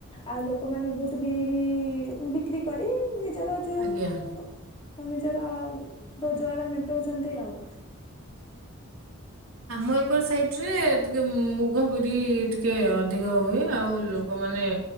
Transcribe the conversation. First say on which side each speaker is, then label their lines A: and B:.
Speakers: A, on the left (about 25°); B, on the right (about 75°).
A: ଆଉ ଲୋକମାନୋ ବହୁତ ବି ବି ବିକ୍ରି କରି ନିଜର ଯୋଉ
B: ଆଜ୍ଞା।
A: ନିଜର ରୋଜଗାର ମେଣ୍ଟଉଛନ୍ତି ଆଉ।
B: ଆମ ଏକର ସାଇଟ ରେ ଟିକେ ମୁଘ ବିରି ଟି କେ ଅଧିକ ହୁଏ ଆଉ ଲୋକମାନେ